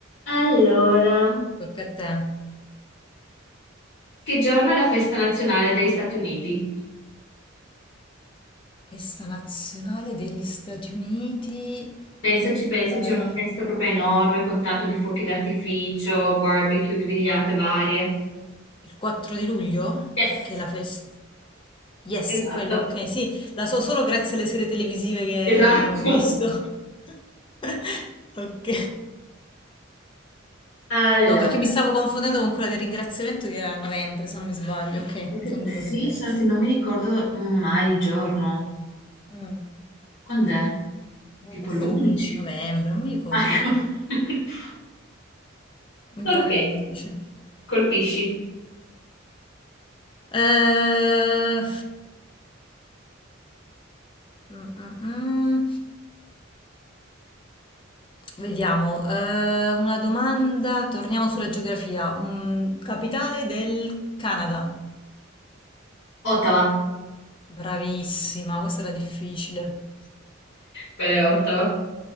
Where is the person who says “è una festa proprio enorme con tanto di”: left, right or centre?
Left